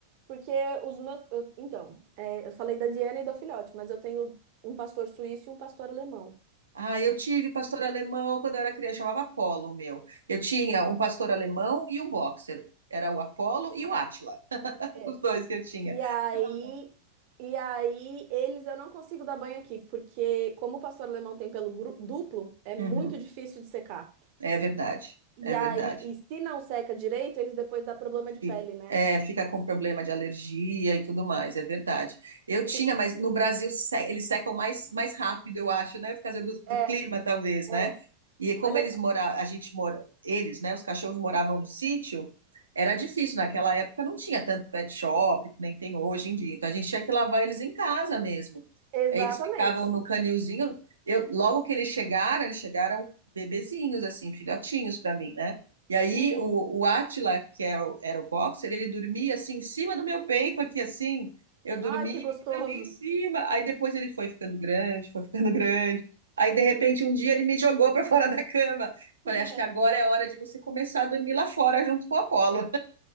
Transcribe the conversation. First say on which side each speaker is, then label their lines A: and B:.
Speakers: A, on the right; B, on the right.
A: porque os meus, eu- então, é, eu falei da Diana e do filhote, mas eu tenho um pastor suíço e um pastor alemão.
B: Ah, eu tive pastor alemão quando eu era criança, chamava Apolo o meu. Eu tinha um pastor alemão e um boxer. Era o Apolo e o Átila, <laughs>
A: É.
B: os dois que eu tinha.
A: E aí,
B: Ah,
A: e aí eles eu não consigo dar banho aqui, porque como o pastor alemão tem pelo gru- duplo, é muito
B: Uhum.
A: difícil de secar.
B: É verdade,
A: E
B: é verdade.
A: aí, e se não seca direito, eles depois dá problema de
B: Fica,
A: pele, né?
B: é, fica com problema de alergia e tudo mais, é verdade. Eu tinha,
A: É, que-
B: mas no Brasil se- eles secam mais, mais rápido, eu acho, né? Por causa do,
A: é.
B: do clima, talvez, né?
A: é.
B: E como
A: Olha,
B: eles moravam, a gente mora, eles, né? Os cachorros moravam no sítio, era difícil. Naquela época não tinha tanto pet shop, que nem tem hoje em dia. Então a gente tinha que lavar eles em casa mesmo.
A: exatamente.
B: Aí eles ficavam no canilzinho. Eu, logo que eles chegaram, eles chegaram bebezinhos, assim, filhotinhos para mim, né? E aí
A: Uhum.
B: o, o Átila, que é o- era o boxer, ele dormia assim em cima do meu peito, aqui assim. Eu dormia,
A: Ai, que
B: ele
A: gostoso.
B: dormia em cima. Aí depois ele foi ficando grande, foi ficando <laughs> grande. Aí de repente um dia ele me jogou para fora da cama. Falei,
A: <laughs>
B: acho que agora é a hora de você começar a dormir lá fora junto com o Apolo.